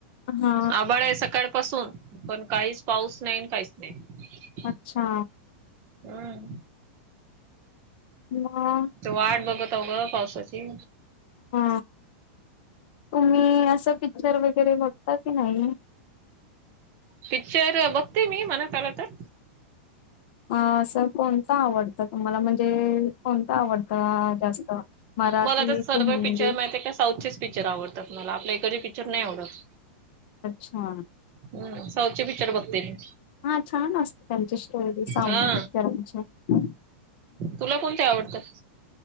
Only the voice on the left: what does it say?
हा
अच्छा.
मग
हा तुम्ही असं पिक्चर वगैरे बघता की नाही?
आ असं कोणता आवडतं तुम्हाला म्हणजे कोणत आवडतं जास्त मराठी
की
हिंदी?
अच्छा
हा छान असत त्यांची स्टोरी साऊड
पिक्चरांच्या हां